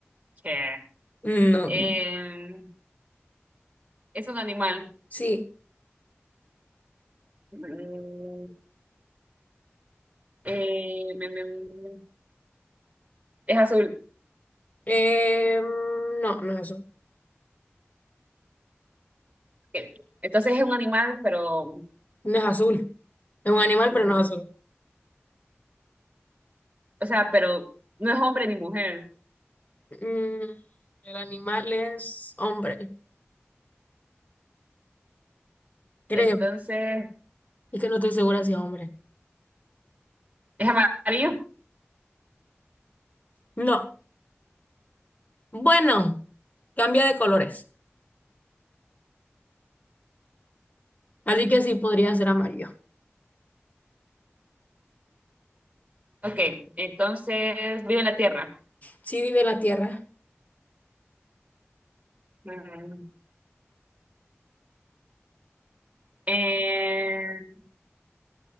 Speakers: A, on the right; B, on the left.
A: Che.
B: No.
A: Eh, es un animal.
B: Sí.
A: Mm, eh, me- me- me- es azul.
B: Eh, no, no es azul.
A: Ok. Entonces es un animal, pero...
B: No es azul. Es un animal,
A: ujú.
B: pero no es azul.
A: O sea, pero no es hombre ni mujer.
B: Mm, el animal es hombre, creo.
A: Entonces,
B: Es que no estoy segura si es hombre.
A: ¿es amarillo?
B: No. Bueno, cambia de colores. Así que sí podría ser amarillo.
A: Ok. Entonces, vive en la tierra.
B: Sí vive en la tierra.
A: Mm, eh,